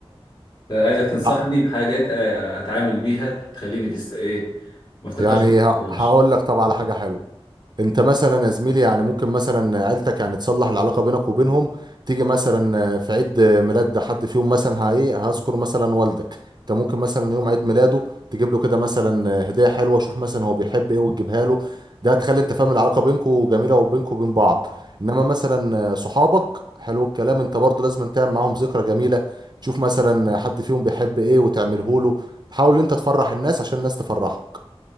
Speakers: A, on the left; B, on the right.
A: فعايزك تنصحني
B: حلو
A: بحاجات أ- اتعامل بيها تخليني في الس... ايه ما افتكرش
B: يعني
A: الذكرى
B: ه-
A: الوحشه
B: هقول لك طبعا على حاجه حلوه انت مثلا يا زميلي يعني ممكن مثلا عيلتك يعني تصلح العلاقه بينك وبينهم تيجي مثلا في عيد ميلاد حد فيهم مثلا هايه هذكر مثلا والدك انت ممكن مثلا يوم عيد ميلاده تجيب له كده مثلا هديه حلوه شوف مثلا هو بيحب ايه وتجيبها له ده هتخلي انت فاهم العلاقه بينكم جميله وبينكم وبين بعض انما مثلا صحابك حلو الكلام انت برضه لازم تعمل معاهم ذكرى جميله تشوف مثلا حد فيهم بيحب ايه وتعمله له تحاول انت تفرح الناس عشان الناس تفرحك